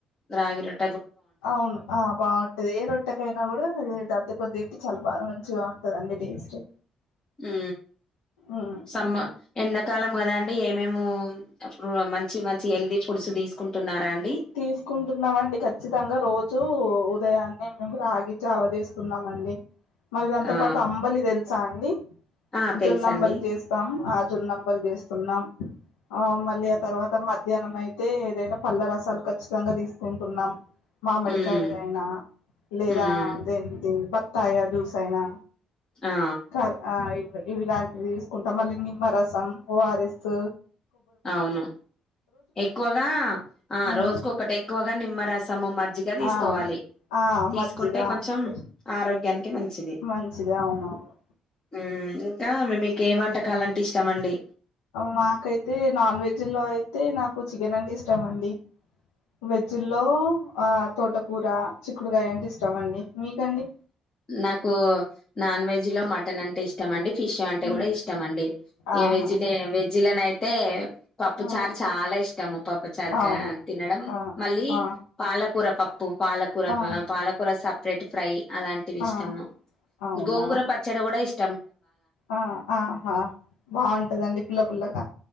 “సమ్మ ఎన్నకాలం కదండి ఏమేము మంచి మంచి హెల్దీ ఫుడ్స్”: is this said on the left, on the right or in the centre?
Left